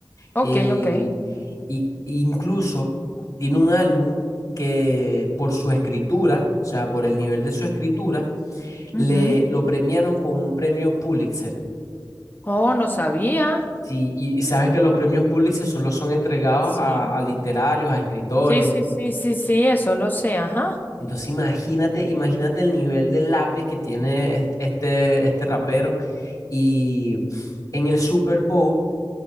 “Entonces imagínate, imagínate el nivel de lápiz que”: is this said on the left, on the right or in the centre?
Left